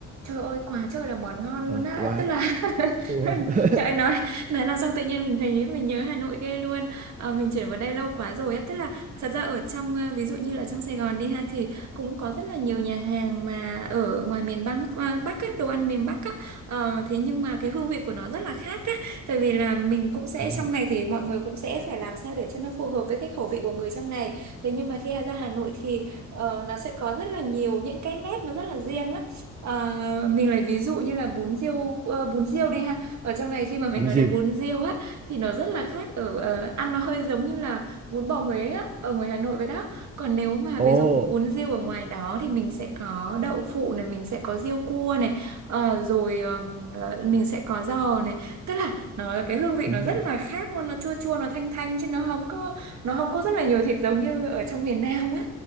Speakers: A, on the right; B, on the right.
A: Trời ơi quá trời là món ngon luôn
B: Rồi,
A: á
B: quá.
A: Tức là <laughs>
B: Ủa. <laughs>
A: Trời ơi nói Nói làm xong tự nhiên mình thấy Mình nhớ Hà Nội ghê luôn Ờ, Mình chuyển vào đây lâu quá rồi á Tức là thật ra ở trong ờ, Ví dụ như là trong Sài Gòn đi ha Thì cũng có rất là nhiều nhà hàng Mà ở ngoài miền Bắc à, Bắc á, đồ ăn miền Bắc á Ờ, Thế nhưng mà cái hương vị của nó rất là khác á Tại vì là mình cũng sẽ
B: Ồ,
A: trong này Thì mọi người cũng sẽ phải làm sao để cho nó phù hợp Với cái khẩu vị của người trong này Thế nhưng mà khi ra Hà Nội thì ờ, Nó sẽ có rất là nhiều những cái nét Nó rất là riêng á Ờ, mình lấy ví dụ như là bún riêu ờ, bún riêu đi ha ở trong này khi mà mình
B: bún
A: nói
B: riêu.
A: đến bún riêu á thì nó rất là khác ở ờ, ăn nó hơi giống như là bún bò Huế á ở ngoài Hà Nội vậy đó còn nếu mà
B: Ồ.
A: ví dụ bún riêu ở ngoài đó thì mình sẽ có đậu phụ này mình sẽ có riêu cua này ờ, rồi ờm, ờ, mình sẽ có giò này tức là nó cái hương vị
B: Ừ.
A: nó rất là khác luôn nó chua chua nó thanh thanh chứ nó không có nó không có rất là nhiều thịt giống như ở trong miền Nam á